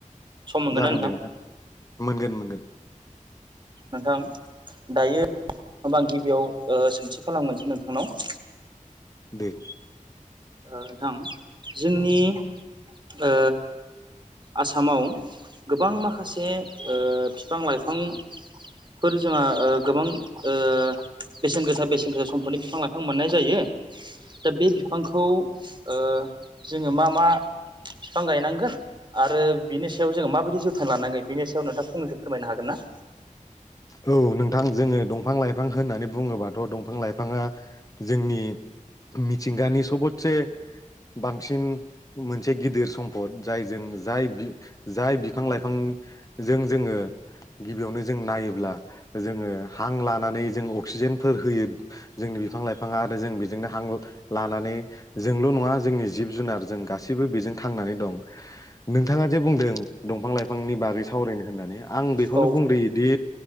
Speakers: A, on the right (about 35°); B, on the left (about 25°).
A: सम मोनगोन
B: जागोन
A: ना
B: दे नोंथां मोनगोन मोनगोन
A: नोंथां दायो हमबा आं गिबियाव सोंथि खालामनोसै नोंथांनाव
B: दे
A: नोंथां जोंनि ओ आसामाव गोबां माखासे ओ फिफां-लाइफां फोर जोंहा ओ गोबां ओ बेसेन गोसा बेसेन गोसा सम्पदनि बिफां लाइफां बिफां मोननाय जायो दा बे बिफांखौ ओ जोङो मा मा बिफां गायनांगोन आरो बिनि सायाव जोङो माबायदि जोथोन लानांगोन बेनि सायाव नोंथां फंनैसो फोरमायनो हागोनना
B: औ नोंथां जोङो दंफां लाइफां होननानै बुङोबाथ' दंफां लाइफाङा जोंनि मिथिंगानि सबतसे बांसिन मोनसे गिदिर सम्पद जायजों जाय बि जाय बिफां लाइफांजों जोङो गिबियावनो जों नायोब्ला जोङो हां लानानै जों अक्सिजेनफोर होयो। जोंनि बिफां लाइफाङा आरो जों बेजोंनो हां लानानै जोंल' नङा जोंनि जिब जुनार जों गासैबो बेजों खांनानै दं नोंथाङा जे बुंदों दंफां लाइफांनि बागै सावरायनो होननानै। आं बेखौनो
A: औ
B: बुंग्रोयोदि